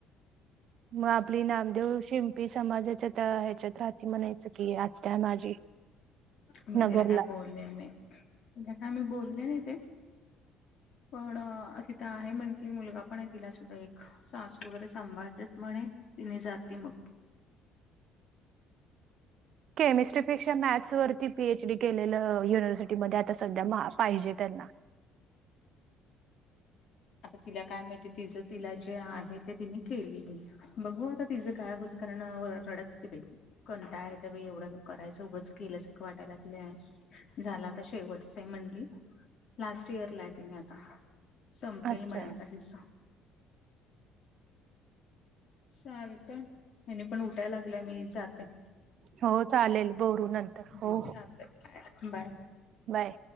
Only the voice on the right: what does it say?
म आपली नामदेव शिंपी समाजाच्या त्या ह्याच्यात राहाती म्हणायचं की आत्या माझी.
नगरला
केमिस्ट्रीपेक्षा मॅथ्स वरती पी एच डी केलेलंए. युनिव्हर्सिटीमध्ये. आता सध्या मा- पाहिजे त्यांना.
अच्छा
हो. चालेल. बोलू नंतर.
हो
बाय.